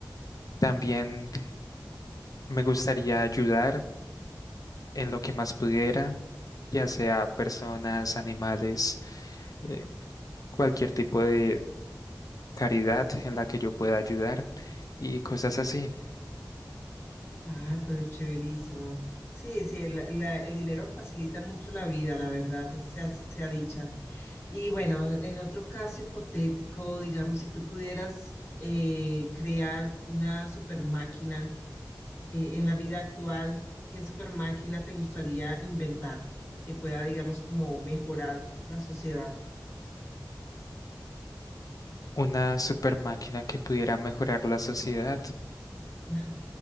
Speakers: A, on the left (about 50°); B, on the left (about 35°).
A: También me gustaría ayudar en lo que más pudiera, ya sea personas, animales, eh, cualquier tipo de caridad en la que yo pueda ayudar y cosas así.
B: Ah, pero chéverísimo. Sí, sí, el, la- el dinero facilita mucho la vida, la verdad, sea, sea dicha. Y bueno, en otro caso hipotético, digamos, si tú pudieras eh, crear una super máquina eh, en la vida actual, ¿qué super máquina te gustaría inventar que pueda, digamos, como mejorar la sociedad?
A: Una super máquina que pudiera mejorar la sociedad.
B: Ajá.